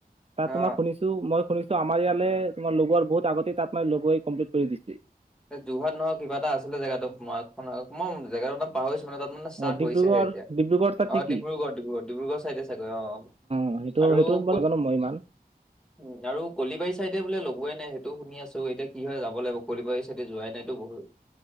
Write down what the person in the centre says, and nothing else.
অ
এই যোৰহাট নহয়, কিবা এটা আছিলে জেগাটো <unintelligible> মই জেগাটোৰ নাম পাহৰিছোঁ মানে, তাত মানে ষ্টাৰ্ট
হৈছেহে এতিয়া। অ'
ডিব্ৰুগড় - ডিব্ৰুগড়। ডিব্ৰুগড় ছাইডে চাগৈ অ'।
আৰু
ক-
উম আৰু কলিবাৰী চাইডে বোলে লগোৱাই নাই। সেইটো শুনি আছোঁ। এতিয়া কি হয়, যাব লাগিব কলিবাৰী তাতে যোৱাই নাইতো বহুত।